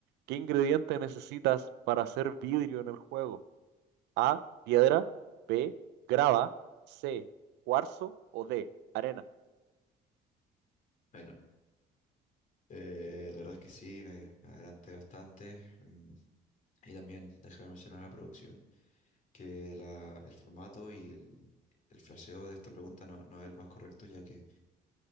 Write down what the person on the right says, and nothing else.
¿Qué ingrediente necesitas para hacer vidrio en el juego? A, piedra, B, grava, C, cuarzo o D, arena.